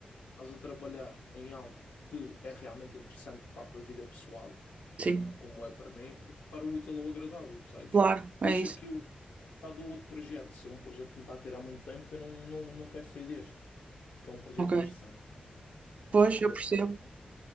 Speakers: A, on the left; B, on the right.
A: a trabalhar em algo que é realmente interessante para a tua vida pessoal,
B: Sim,
A: como, como é para mim, para o útil ou agradável, percebes?
B: claro,
A: Por
B: é
A: isso
B: isso.
A: é que eu está do outro projeto, ser um projeto que me está a tirar muito tempo e não, não, não quero sair deste, que é um projeto
B: Ok.
A: interessante, é
B: Pois,
A: um projeto
B: eu percebo.
A: que